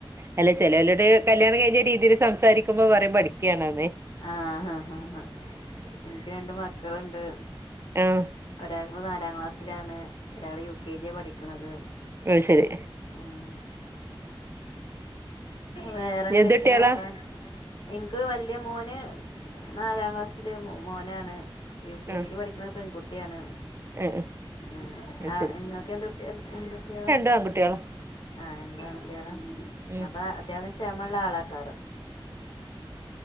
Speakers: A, on the right; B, on the left.
A: അല്ല ചെലേലോട് കല്യാണം കഴിഞ്ഞ രീതിയില് സംസാരിക്കുമ്പോ പറയും പഠിക്കാണന്നേ
B: ആഹ് ഹാ ഹാ ഹാ ഇനിക്ക് രണ്ട് മക്കള്ണ്ട്
A: ആഹ്
B: ഒരാളിപ്പോ നാലാം ക്ലാസ്സിലാണ് ഒരാള് യു കെ ജി യ പഠിക്കണത്
A: അഹ് ശരി
B: ആഹ് വേറെ എന്തെക്കെയാ
A: എന്ത് കുട്ടികളാ
B: വർത്താൻ ഇൻക്ക് വലിയ മോന് നാലാം ക്ലാസ്സില് മോനാണ് യു കെ
A: ആ
B: ജിയിൽ പഠിക്കണ പെൺകുട്ടിയാണ്
A: ആ ആ
B: ഉം
A: അത്
B: അ നിങ്ങക് എന്ത് കുട്ടിയാ എന്ത് കുട്ട്യളാ
A: ഇക്ക് ആൺകുട്ടിളാ
B: ആഹ് രണ്ടാ ആണ് കുട്ടികളാ
A: ഉം
B: അപ്പൊ അത്യാവശ്യം ക്ഷമ ഉള്ള ആളക്കാരം